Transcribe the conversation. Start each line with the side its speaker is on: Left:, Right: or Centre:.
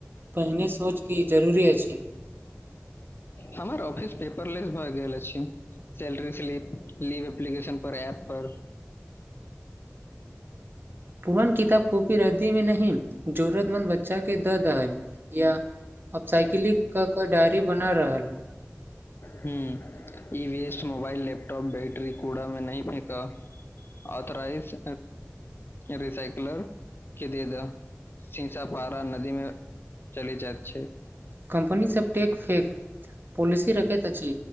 Right: पहिने सोचके ई जरूरी अछि
Left: हमर ऑफिस पेपरलेस भऽ गेल अछि सैलरी स्लिप लीव एप्लीकेशन पर ऐप पर
Right: पुरान किताब कॉपी रद्दी मे नहि जरूरतमन्द बच्चा के दऽ दहै या अब साइकिलिंग कऽ कऽ डायरी बना रहल
Left: हुँ ई वेस्ट मोबाइल लैपटॉप बैटरी कूड़ा मे नहि फेका ऑथोराइज रिसाइकलर के दे दऽ शीशा पारा नदी मे चली जाइत छै
Right: कम्पनी सब टेक फेक पॉलिसी रखैत अछि